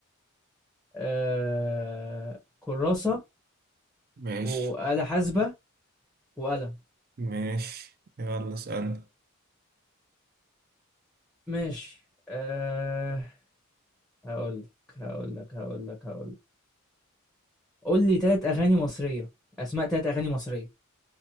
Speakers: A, in the centre; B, on the right (about 45°).
A: آه... كراسة
B: ماشي
A: وآلة حاسبة وقلم
B: ماشي يلا اسألني
A: ماشي آه... هقول لك هقول لك هقول لك هقول لك قول لي ثلاث اغاني مصريه اسماء ثلاث اغاني مصريه